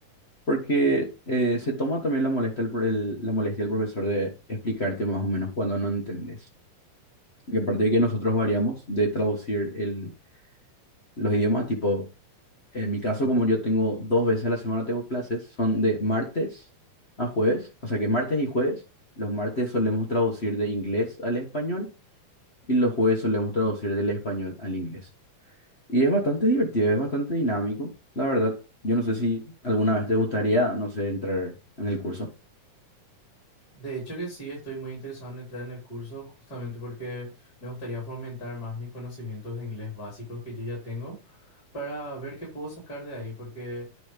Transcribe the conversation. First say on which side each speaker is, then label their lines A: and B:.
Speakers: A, on the left; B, on the left.
A: porque eh, se toma también la molestia, el el- la molestia del profesor de explicarte más o menos cuando no entendés. Y aparte de que nosotros variamos de traducir el, los idiomas, tipo, En mi caso,
B: Sí.
A: como yo tengo dos veces a la semana tengo clases, son de martes a jueves, o sea que martes y jueves, los martes solemos traducir de inglés al español y los jueves solemos traducir del español al inglés. Y es bastante divertido, es bastante dinámico, la verdad. Yo no sé si alguna vez te gustaría, no sé, entrar en el curso.
B: De hecho que sí, estoy muy interesado en entrar en el curso justamente porque me gustaría fomentar más mis conocimientos de inglés básicos que yo ya tengo para ver qué puedo sacar de ahí, porque